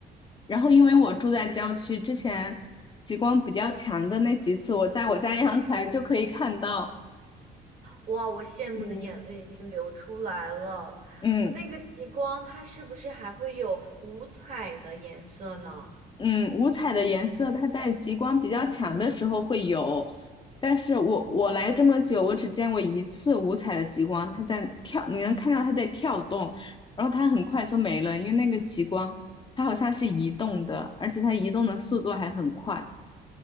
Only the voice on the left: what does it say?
然后因为我住在郊区，之前极光比较强的那几次，我在我家阳台就可以看到。
嗯嗯。
嗯，五彩的颜色它在极光比较强的时候会有，但是我我来这么久，
我只见过一次五彩的极光，它在跳，你能看到它在跳动，然后它很快就没了，因为那个极光它好像是移动的，而且它移动的速度还很快。